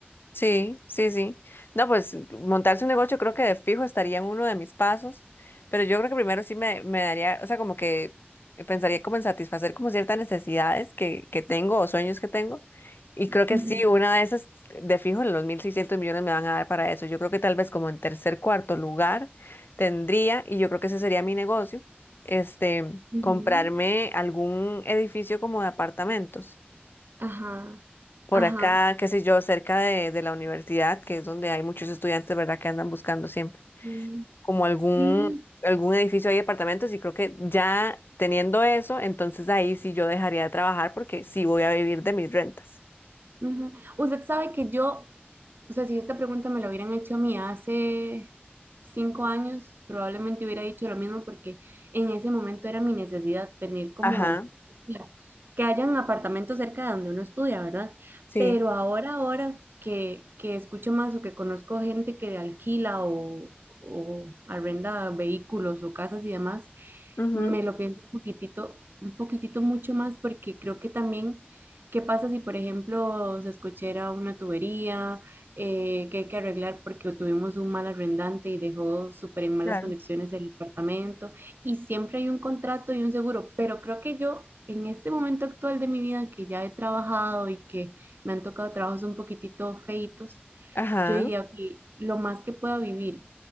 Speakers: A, on the left; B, on the right.
A: Sí, sí, sí. No, pues montarse un negocio creo que de fijo estaría en uno de mis pasos, pero yo creo que primero sí me, me daría, o sea, como que pensaría como en satisfacer como ciertas necesidades que, que tengo o sueños que tengo. Y creo que
B: Ujú,
A: sí, una de esas de fijo los 1.600 millones me van a dar para eso. Yo creo que tal vez como en tercer, cuarto lugar tendría, y yo creo que ese sería mi negocio, este,
B: ujú.
A: comprarme algún edificio como de apartamentos
B: Ajá,
A: por
B: ajá.
A: acá, qué sé yo, cerca de, de la universidad, que es donde hay muchos estudiantes, ¿verdad? Que andan buscando siempre
B: Sí,
A: como algún,
B: sí,
A: algún edificio, hay apartamentos y creo que ya teniendo eso, entonces ahí sí yo dejaría de trabajar porque sí voy a vivir de mis rentas.
B: Ujú. Usted sabe que yo, o sea, si esta pregunta me la hubieran hecho a mí hace cinco años, probablemente hubiera dicho lo mismo porque en ese momento era mi necesidad tener como
A: Ajá,
B: la- que hayan apartamentos cerca de donde uno estudia, ¿verdad?
A: sí.
B: Pero ahora, ahora que, que escucho más o que conozco gente que alquila o, o arrenda vehículos o casas y demás,
A: ujú,
B: me lo pienso un poquitito, un poquitito mucho más porque creo que también, ¿qué pasa si, por ejemplo, se escuchara una tubería eh, que hay que arreglar porque tuvimos un mal arrendante y dejó súper en malas
A: Claro.
B: condiciones el departamento? Y siempre hay un contrato y un seguro, pero creo que yo en este momento actual de mi vida que ya he trabajado y que me han tocado trabajos un poquitito feitos,
A: Ajá,
B: yo diría que lo más que pueda vivir